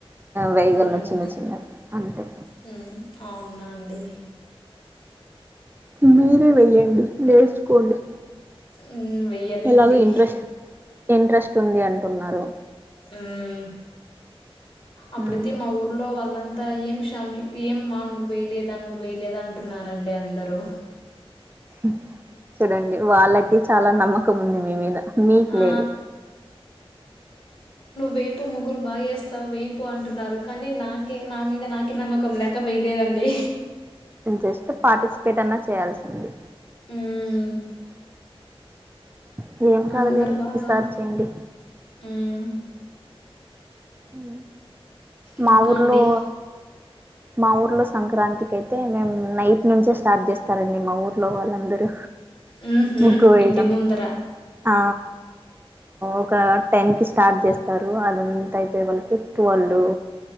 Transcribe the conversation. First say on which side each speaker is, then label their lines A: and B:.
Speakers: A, on the right (about 20°); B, on the left (about 60°).
A: వేయగలను
B: హ్మ్.
A: చిన్న చిన్నవి అంతే
B: హ్మ్. అవునా అండి.
A: మీరే వేయండి నేర్చుకోండి
B: హ్మ్. వెయ్యాలండి.
A: ఎలాగో ఇంట్రెస్ట్ ఇంట్రెస్ట్ ఉంది అంటున్నారు
B: హ్మ్. అప్పుడైతే
A: ఉమ్
B: మా ఊర్లో వళ్ళం అంత ఏం శ్రావని ఏమ్మా నువ్ వేయలేదా నువ్ వేయలేదా అంటున్నారండి అందరూ
A: <inaudible> చూడండి వాళ్ళకి చాలా నమ్మకం ఉంది మీ మీద మీక్
B: ఆ!
A: లేదు
B: వెయిపో ముగ్గులు బాగా వేస్తావు వెయిపో అంటున్నారు కానీ నాకే నా మీద నాకే నమ్మకం లేక వేయలేదండి.
A: జస్ట్ పార్టిసిపేట్ అన్నా చేయాల్సింది.
B: హ్మ్
A: <inaudible> ఏం కాదులెండి
B: అందరు బాగా
A: ఇసారి చేయండి.
B: హ్మ్.
A: హు
B: ఇంకా
A: మా ఊర్లో
B: అండి.
A: మా ఊర్లో సంక్రాంతి కిఅయితే మేమ్ నైట్ నుంచే స్టార్ట్ చేస్తారండి మా ఊర్లో వాళ్ళందరూ
B: హుహు.
A: ముగ్గు వేయడం
B: ఇంటి ముందర.
A: ఆ ఒక టెన్ కి స్టార్ట్ చేస్తారు అదంత అయి లీవెన్ టు ట్వెల్వ్